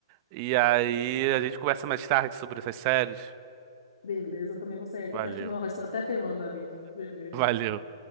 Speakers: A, on the right; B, on the left.
A: E aí a gente conversa mais tarde sobre essas séries.
B: Beleza, eu também vou sair aqui,
A: Valeu.
B: que acho que meu arroz está até queimando ali. Beleza.
A: Valeu.